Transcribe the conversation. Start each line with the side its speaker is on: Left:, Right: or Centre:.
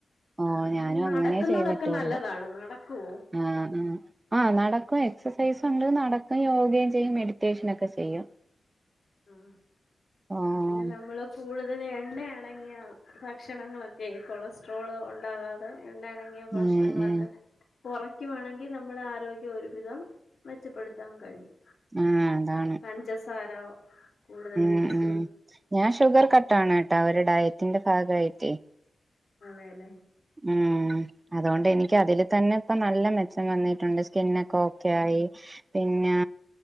Right: ഓ
Left: അ
Right: ഞാനും
Left: നടക്കുന്നതൊക്കെ
Right: അങ്ങനേ ചെയ്തിട്ടുള്ളൂ
Left: നല്ലതാണ് നടക്കുവോ?
Right: ആഹ് ഉം ആഹ് നടക്കും എക്സസൈസ് ഉണ്ട് നടക്കും യോഗയും ചെയ്യും മെഡിറ്റേഷൻ ഒക്കെ ചെയ്യും.
Left: ആഹ്
Right: ഓഹ്
Left: പിന്നെ നമ്മള് കൂടുതൽ എണ്ണ ആ തുടങ്ങിയ ഭക്ഷണങ്ങളൊക്കെ കൊളസ്ട്രോള് ഒണ്ടാകാതെ ഉണ്ണയടങ്ങിയ ഭക്ഷണ
Right: ഉം
Left: ങ്ങളൊക്കെ
Right: ഉം
Left: - കൊറയ്ക്കുവാണെങ്കി നമ്മുടെ ആരോഗ്യം ഒരുവിധം മെച്ചപ്പെടുത്താൻ കഴിയും.
Right: ആഹ് അതാണ്
Left: പഞ്ചസാര കൂടുതൽ
Right: ഉം
Left: യൂസ്
Right: ഉം
Left: ചെയ്യും
Right: ഞാൻ ഷുഗർ കട്ടാണ് കേട്ടാ ഒരു ഡയറ്റിന്റെ ഭാഗായിട്ടേ
Left: അതെല്ലേ
Right: ഉം അതോൻണ്ട് എനിക്ക് അതില് തന്നെ ഇപ്പൊ നല്ല മെച്ചം വന്നിട്ടുണ്ട് സ്കിന്നക്കെ ഓക്കെ ആയി പിന്നാ